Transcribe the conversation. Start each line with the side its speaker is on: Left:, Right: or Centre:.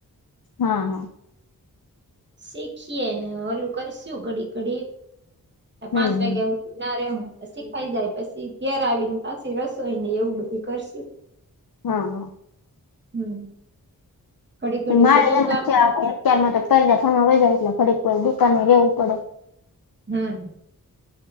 Left: હા હા.
Right: શીખીએ ને ઓલું કરશું ઘડી ઘડી
Left: હમ
Right: પાંચ
Left: હમ
Right: વાગ્યા ના રે હું શીખાઈ જાય પછી ઘેર આવીને પાછી રસોય ને એવું બધું કરશું <inaudible>
Left: હા.
Right: હમ. ઘડી ઘડી
Left: માળે
Right: બધું
Left: એમાં
Right: કામ
Left: છે, અત્યમાં તો ફરજા ફરવાાય એટલે ફરીકવાર દુકાન રેવું પડે
Right: હમ.